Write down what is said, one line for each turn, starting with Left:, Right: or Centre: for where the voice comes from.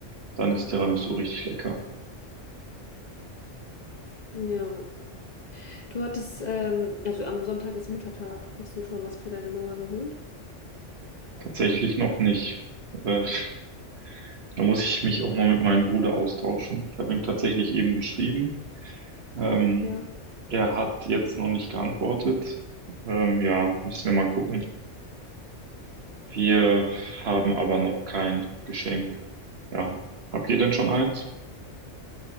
Right: dann ist Tiramisu richtig lecker.
Left: Ja. Du hattest, ähm, also am Sonntag ist Muttertag. Hast du schon was für deine Mama geholt?
Right: Tatsächlich noch nicht. Äh, <laughs> da muss ich mich auch mal mit meinem Bruder austauschen. Ich habe ihm tatsächlich eben geschrieben. Ähm,
Left: Ja.
Right: er hat jetzt noch nicht geantwortet. Ähm, ja, müssen wir mal gucken. Wir haben aber noch kein Geschenk. Ja. Habt ihr denn schon eins?